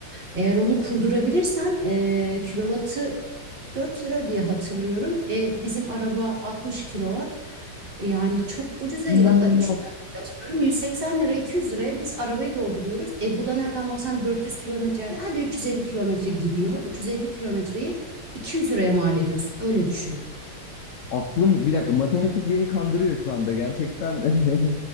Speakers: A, on the right; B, on the left.
A: Eğer onu kurdurabilirsen e, kilovatı Dört lira diye hatırlıyorum. E, bizim araba 60 kilowatt. E, yani çok ucuza
B: İnanılmaz.
A: geliyor. Hatta 3 lira diye hatırlıyorum. 180 lira 200 liraya biz arabayı dolduruyoruz. E, bu da nereden baksan 400 kilometre yani hadi 350 kilometre gidiyor. 350 kilometreyi 200 liraya mal ediyorsun. Öyle düşün.
B: Aklım bir dakika matematik beni kandırıyor şu anda gerçekten <laughs>